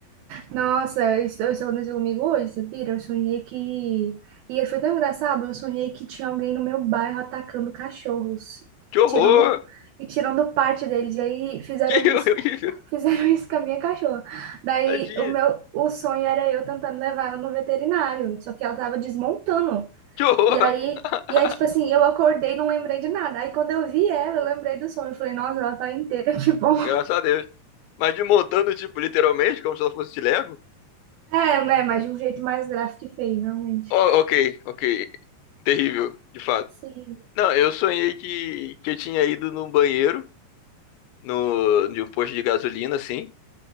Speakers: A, on the right; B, on the left.
A: Nossa, eu eu sonhei comigo hoje, você pira? Eu sonhei que. E foi tão engraçado, eu sonhei que tinha alguém no meu bairro atacando cachorros,
B: Que horror!
A: tirando e tirando parte deles. E aí fizeram
B: <laughs> Que
A: isso,
B: horrível!
A: <laughs> co- fizeram isso com a minha cachorra. Daí
B: Tadinho!
A: o meu o sonho era eu tentando levar ela no veterinário, só que ela tava desmontando.
B: Que horror!
A: E aí
B: <laughs>
A: e aí tipo assim, eu acordei, e não lembrei de nada. Aí quando eu vi ela, eu lembrei do sonho. Eu falei, nossa, ela tá inteira, <laughs> que bom.
B: Graças a Deus. Mas de montando, tipo, literalmente, como se ela fosse de Lego?
A: É, né, mas de um jeito mais gráfico e feio, realmente.
B: Ó, ok, ok. Terrível, de fato.
A: Sim.
B: Não, eu sonhei que, que eu tinha ido no banheiro, no, de um posto de gasolina, assim.